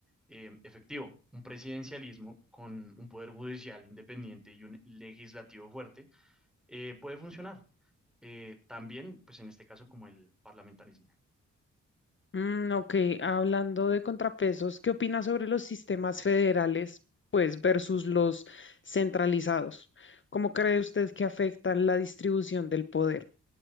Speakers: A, in the centre; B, on the left (about 40°).
A: eh, efectivo, un presidencialismo con un poder judicial independiente y un legislativo fuerte eh, puede funcionar. Eh, también, pues en este caso, como el parlamentarismo.
B: Mm, ok, hablando de contrapesos, ¿qué opinas sobre los sistemas federales, pues, versus los centralizados? ¿Cómo cree usted que afectan la distribución del poder?